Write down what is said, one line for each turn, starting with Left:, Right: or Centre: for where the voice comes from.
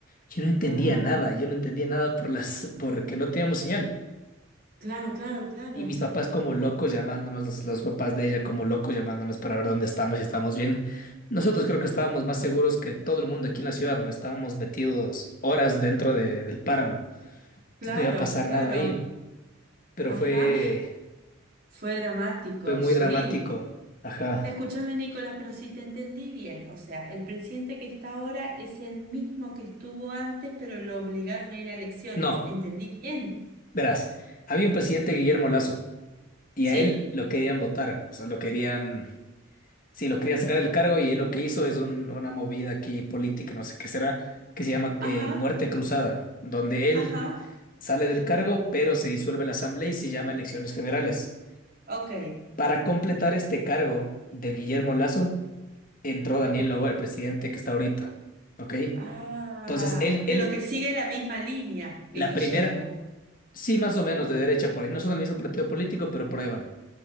Left: Yo no entendía
Right: Ah,
Left: nada, yo no entendía nada por las, porque no teníamos señal.
Right: claro, claro, claro.
Left: Y mis papás como locos llamándonos, los, los papás de ella como locos llamándonos para ver dónde estamos y estamos bien. Nosotros creo que estábamos más seguros que todo el mundo aquí en la ciudad, ¿no? Estábamos metidos horas dentro de- del páramo. Entonces
Right: Claro,
Left: no iba a pasar
Right: claro.
Left: nada ahí, pero
Right: Ajá.
Left: fue,
Right: Fue dramático,
Left: fue muy
Right: sí.
Left: dramático. Ajá.
Right: Escúchame, Nicolás, pero si te entendí bien, o sea, el presidente que está ahora es el mismo que estuvo antes, pero lo obligaron a ir a elecciones.
Left: No,
Right: ¿Entendí bien?
Left: verás, había un presidente Guillermo Lazo y
Right: Sí.
Left: a él lo querían votar, o sea, lo querían, sí, lo querían sacar del cargo y él lo que hizo es un- una movida aquí política, no sé qué será, que se llama
Right: Ajá,
Left: eh, muerte cruzada, donde él
Right: ajá.
Left: sale del cargo, pero se disuelve la asamblea y se llama elecciones generales.
Right: Ok.
Left: Para completar este cargo de Guillermo Lazo, entró Daniel Noboa, el presidente que está ahorita, ¿ok?
Right: Ah,
Left: Entonces, él,
Right: ok. pero
Left: él,
Right: que sigue la misma línea que
Left: la
Right: Guillermo.
Left: primera, sí, más o menos de derecha por ahí, no son del mismo partido político, pero por ahí van.